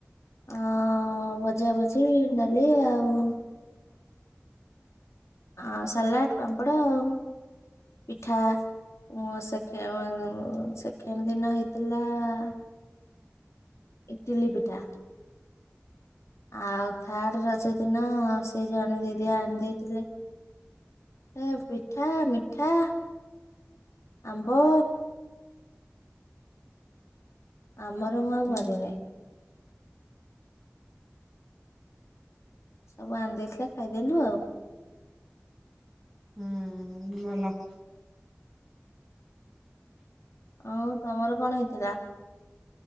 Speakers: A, on the left; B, in the centre.
A: ହ- ଅଁ - ଅଁ ଭଜା ଭଜି ଡାଲି ଆଉ। ଆ ସାଲାଡ଼୍ ପାମ୍ପଡ଼ ଆଉ ପିଠା। ମଁ ସେକେ ସେଖେଣ୍ଡ୍ ଦିନ ହେଇଥିଲା ଆଁ ଆ ଇଟିଲି ପିଠା। ଆଉ ଥାର୍ଡ ରଜ ଦିନ ସେଇ ଜଣେ ଦିଦି ଆଣି ଦେଇଥିଲେ। ଏ ପିଠା, ମିଠା ଆମ୍ବ। ଆମର ମୁଁ ଆଉ
B: ହୁଁ
A: କରିନି। ସବୁ ଆଣିଦେଇଥିଲେ ଖାଇଦେଲୁ ଆଉ।
B: ହୁଁ ଉଁ ଭଲ।
A: ଅଉ ତମର କଣ ହେଇଥିଲା?